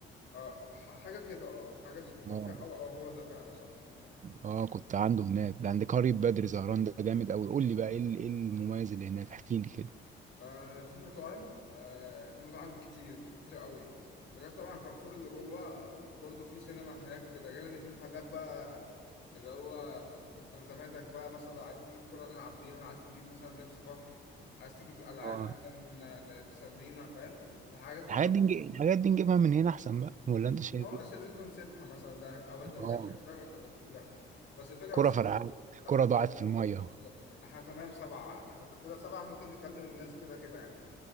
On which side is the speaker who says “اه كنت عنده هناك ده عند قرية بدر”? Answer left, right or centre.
Right